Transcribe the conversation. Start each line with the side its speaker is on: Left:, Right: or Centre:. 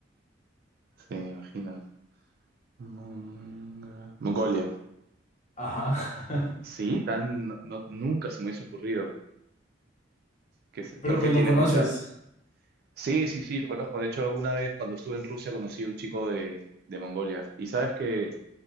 Right: Se imagina. Monga- Mongolia.
Left: Ajá. <laughs>
Right: Sí, tan, no- nunca se me hubiese ocurrido. Que, se-
Left: Pero
Right: pero
Left: pues
Right: que
Left: lo
Right: tiene
Left: conoces.
Right: mucha... Sí, sí, sí, lo conozco. De hecho, una vez cuando estuve en Rusia conocí a un chico de, de Mongolia. ¿Y sabes que